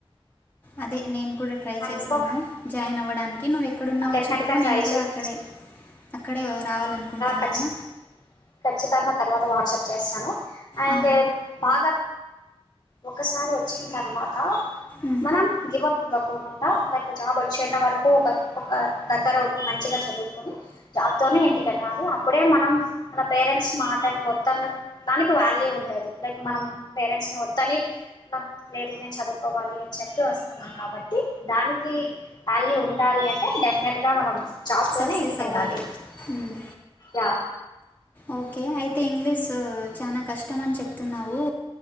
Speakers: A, on the left; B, on the left.
A: అదే నేను కూడా ట్రై
B: అండ్
A: చేస్తాను
B: ఇంకొక
A: జాయిన్ అవ్వడానికి నువ్వు ఎక్కడున్నావో
B: డెఫినెట్గా
A: చెప్పు
B: ట్రై
A: నేను కూడా
B: చేయి
A: అక్కడే అక్కడే చెాలనుకుంటున్నాను
B: ఖచ్చి ఖచ్చితంగా తర్వాత వాట్సాప్ చేస్తాను అే
A: ఆ,
B: భాగా ఒకసారి వచ్చిన తర్వాత
A: ఉమ్.
B: మనం గివ్ అప్ ఇవ్వకోకుండా లైక్ జాబ్ వచ్చేంత వరకు ఒక ఒక దగ్గర ఉండి మంచిగా చదువుకొని జాబ్ తోనే ఇంటికి వెళ్ళాలి అప్పుడే మనం మన పేరెంట్స్ మాటని వద్దను దానికి వాల్యూ ఉంటుంది లైక్ మనం పేరెంట్స్ని వద్దని మన లేరు నేను చదువుకోవాలి అని చెప్పి వస్తున్నాను కాబట్టి దానికి వ్యాల్యూ ఉండాలి అంటే డెఫినెట్గా మనం జాబ్ తోనే
A: సక్సెస్
B: ఇంటిక వెళ్ళాలి
A: అవ్వాలి ఉమ్,
B: యా
A: ఓకే అయితే ఇంగ్లీష్ు చాలా కష్టం అని చెప్తున్నావు